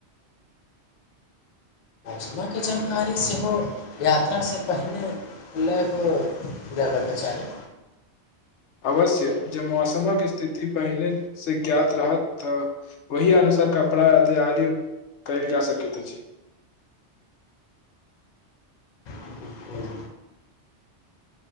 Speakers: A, on the left; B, on the left.
A: सुबह कें जानकारी सेहो यात्रा सँ पहिंने ल लेबक चाहि
B: अवश्य जे मौसमक स्थिति पहिने से ज्ञात रहत तऽ ओहि अनुसार कपड़ा य तैयारी कयल जा सकैत अछि
A: बिल्कुल